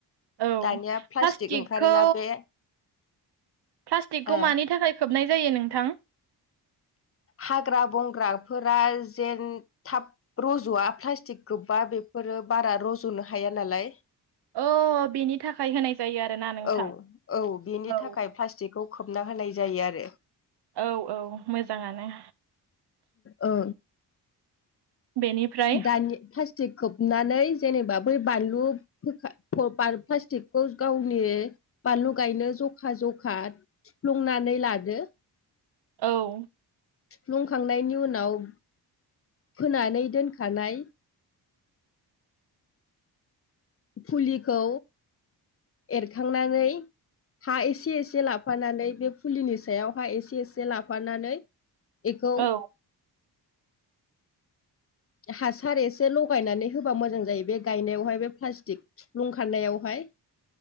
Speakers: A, on the right; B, on the left.
A: औ
B: दानिया बे प्लाटिक
A: प्लास्टिकखौ
B: ओंखारोना बे
A: प्लास्टिकखौ
B: ओ
A: मानि थाखाय खोबनाय जायो नोंथां
B: हाग्रा बंग्राफोरा जेन थाब रज'आ प्लास्टिक गोखबा बेफोरो बारा रज'नो हाया नालाय
A: अ बेनि थाखाय होनाय जायो आरोना नोंथां
B: औ औ बेनि
A: औ
B: थाखाय प्लास जेखौ खोबना होनाय जायो आरो।
A: औ औ मोजाङानो।
B: ओ
A: बेनिफ्राय
B: दानि प्लास थिख खोबनानै जेनेबा बै बानलु खा प्लास्टिकखौ गावनि बानलु गायनो जखा जखा सुफ्लुंनानै लादो।
A: औ।
B: प्लुंखांनायनि उनाव फोनानै दोनखानाय फुलिखौ एरखांनानै हा एसे एसे लाफानानै बे फुलिनि सायाव हा एसे एसे लाफानानै ऐखौ।
A: औ
B: हासार एसे लगायनानै होबा मोजां जायो बे गायनायावहाय बे प्लास्टिक सुफ्लुं खनायावहाय।